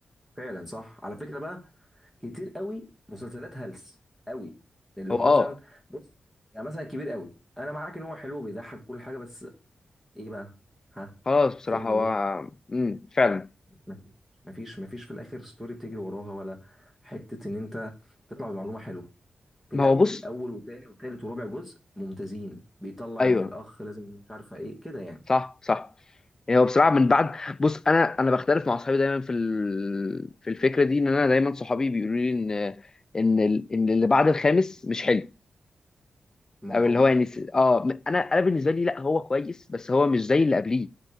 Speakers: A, in the centre; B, on the left (about 25°).
A: فعلا صح على فكره بقى كتير قوي مسلسلات هلس قوي اللي
B: هو
A: هو
B: اه
A: مثلا بص يعني مثلا كبير قوي انا معاك ان هو حلو وبيضحك وكل حاجه بس ايه بقى ها
B: خلاص بصراحة
A: فين الموضوع
B: هو امم فعلا
A: مفيش مفيش مفيش في الاخر ستوري بتجري وراها ولا حته ان انت تطلع بمعلومه حلوه في
B: ما
A: الاول
B: هو بص
A: اول وتاني وتالت ورابع جزء ممتازين بيطلع
B: ايوه
A: ان الاخ لازم مش عارفه ايه كده يعني
B: صح صح يعني هو بصراحة من بعد بص انا انا بختلف مع اصحابي دايما في ال... في الفكرة دي ان انا دايما صحابي بيقولوا لي ان ان ال... ان اللي بعد الخامس مش حلو
A: ما
B: او
A: هو طبعا
B: اللي هو يعني س- اه انا انا بالنسبة لي لا هو كويس بس هو مش زي اللي قبليه